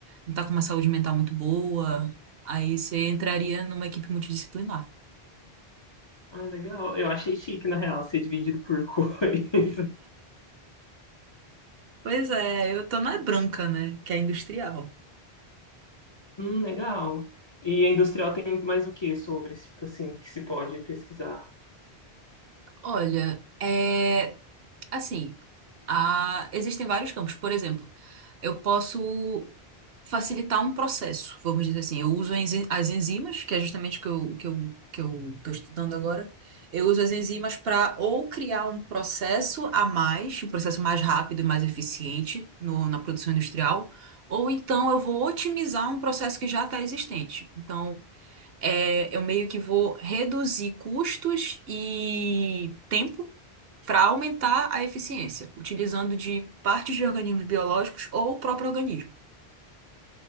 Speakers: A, on the right; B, on the left.
A: não tá com uma saúde mental muito boa, aí você entraria numa equipe multidisciplinar.
B: Ah, legal. Eu achei chique, na real, ser dividido por <laughs> cores.
A: Pois é, eu tô na branca, né? Que é industrial.
B: Hum, legal. E a industrial tem mais o que sobre, tipo assim, que se pode pesquisar?
A: Olha, é, Assim, há- existem vários campos. Por exemplo, eu posso facilitar um processo, vamos dizer assim. Eu uso enzi- as enzimas, que é justamente o que eu, que eu, que eu estou estudando agora. Eu uso as enzimas para ou criar um processo a mais, um processo mais rápido e mais eficiente no- na produção industrial, ou então eu vou otimizar um processo que já está existente. Então, é, eu meio que vou reduzir custos e tempo para aumentar a eficiência, utilizando de partes de organismos biológicos ou o próprio organismo.